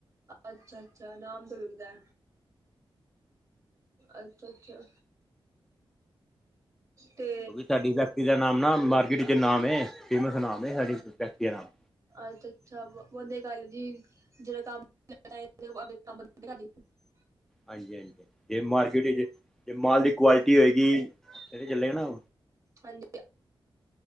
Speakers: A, on the right; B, in the centre.
A: ਅੱਛਾ ਅੱਛਾ ਨਾਮ ਤੋਂ ਵਿਕੱਦਾ ਅੱਛਾ ਅੱਛਾ, ਤੇ
B: ਕਿਉਂਕਿ ਸਾਡੀ ਫੈਕਟਰੀ ਦਾ ਨਾਮ ਨਾ ਮਾਰਕੀਟ ਚ ਨਾਮ ਏ ਫੇਮਸ ਨਾਮ ਏ ਸਾਡੀ ਫੈਕਟਰੀ ਦਾ ਨਾਮ
A: ਅੱਛਾ ਅੱਛਾ, ਉਹਦੇ ਗੱਲ ਜੀ ਜਿਹੜਾ ਕੰਮ <unintelligible>
B: ਹਾਂਜੀ ਹਾਂਜੀ, ਜੇ ਮਾਰਕਿਟ ਵਿੱਚ ਜੇ ਮਾਲ ਦੀ ਕੁਆਲਿਟੀ ਹੋਏਗੀ ਚਲੇਗਾ ਨਾ।
A: ਹਾਂਜੀ